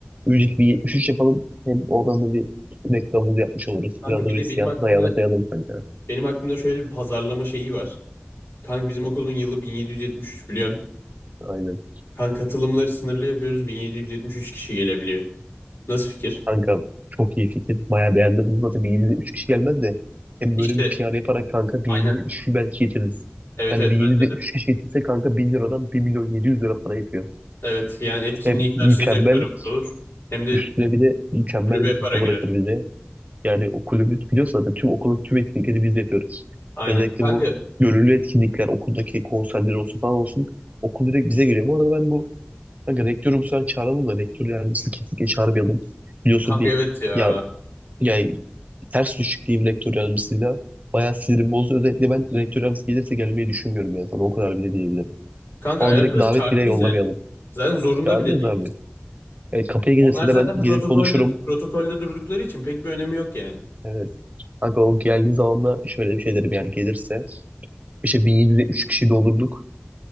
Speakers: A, on the right; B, on the left.
A: Ücreti 1073 yapalım. Hem oradan da bir reklamımızı yapmış oluruz.
B: Kanka
A: Biraz da
B: bir
A: böyle
B: de
A: siyasi
B: benim aklımda
A: ayağına kayalım kanka.
B: benim aklımda şöyle bir pazarlama şeyi var. Kanka bizim okulun yılı 1773 biliyorsun.
A: Aynen.
B: Kanka katılımları sınırlı yapıyoruz. 1773 kişi gelebiliyor. Nasıl fikir?
A: Kanka çok iyi fikir. Bayağı beğendim bunu zaten bir 773 kişi gelmez de. Hem
B: İşte
A: böyle bir piyade yaparak kanka bir
B: aynen.
A: 773 kişi belki getiririz.
B: Evet
A: Yani
B: evet
A: bir yedi
B: bence de.
A: üç kişi getirse kanka 1000 liradan bir milyon yedi yüz lira para yapıyor.
B: Evet yani etkinliği
A: Hem
B: karşılayacak
A: mükemmel
B: paramız olur. Hem de
A: üstüne bir de mükemmel
B: kulübe
A: bir kasa
B: para girer.
A: bırakır bize. Yani o kulübü biliyorsun zaten tüm okulun tüm etkinlikleri biz yapıyoruz.
B: Aynen.
A: Özellikle
B: Kanka
A: bu gönüllü etkinlikler okuldaki konserler olsun falan olsun. Okul direkt bize geliyor. Bu arada ben bu kanka rektörü bu sefer çağıralım da rektör yardımcısını kesinlikle çağırmayalım. Biliyorsun
B: kanka
A: bir
B: evet ya.
A: ya yani ters düşük diyeyim rektör yardımcısıyla. Bayağı sinirim bozdu. Özellikle ben rektör yardımcısı gelirse gelmeyi düşünmüyorum yani sana o kadar bile diyebilirim.
B: Kanka
A: Ama
B: ayarlarız
A: direkt davet
B: çağırmayız
A: bile yollamayalım.
B: yani. Zaten zorunda
A: Çağırmayız
B: bile değil.
A: abi. Yani kapıya gelirse
B: Onlar zaten
A: de ben gelir
B: protokolde
A: konuşurum.
B: protokolde durdukları için pek bir önemi yok yani.
A: Evet. Kanka o geldiği zaman da şöyle bir şey derim yani gelirse. İşte 1773 kişi doldurduk.